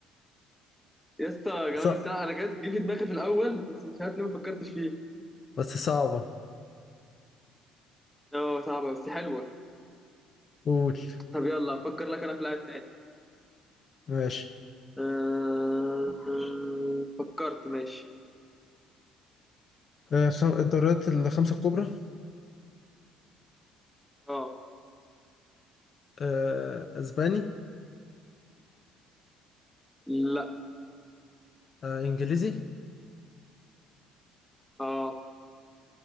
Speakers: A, in the centre; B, on the left (about 45°).
A: يا اسطى جمال
B: صح
A: موسيالا انا جت جه في دماغي في الاول بس مش عارف ليه ما فكرتش فيه
B: بس صعبة
A: اه صعبه بس حلوه
B: قول
A: طب يلا افكر لك انا في لاعب تاني
B: ماشي
A: أه... فكرت ماشي
B: آه، خم- الدوريات الخمسة الكبرى
A: اه
B: آه، أسباني
A: لا
B: آه، إنجليزي
A: اه